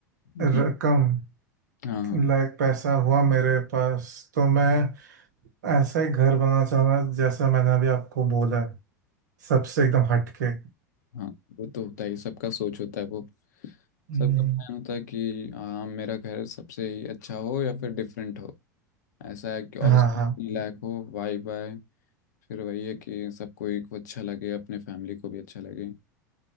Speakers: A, on the left (about 70°); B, on the right (about 75°).
A: हम्म,
B: रकम
A: हाँ हाँ
B: लायक पैसा हुआ मेरे पास तो मैं ऐसा ही घर बनाना चाहूंगा जैसा मैंने अभी आपको बोला है सबसे एकदम हटके
A: हाँ वो तो होता ही सबका सोच होता है वो
B: हम्म,
A: सबका प्लान होता है कि हाँ मेरा घर सबसे ही अच्छा हो या फिर डिफरेंट हो ऐसा है कि और
B: हाँ
A: उसमें
B: हाँ
A: अपने लायक हो वाई बाय फिर वही है कि सबको एक अच्छा लगे अपने फैमिली को भी अच्छा लगे